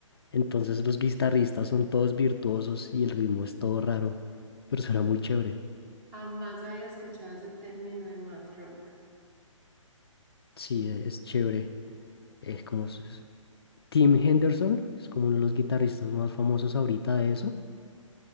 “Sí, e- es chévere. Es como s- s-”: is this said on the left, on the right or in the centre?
Left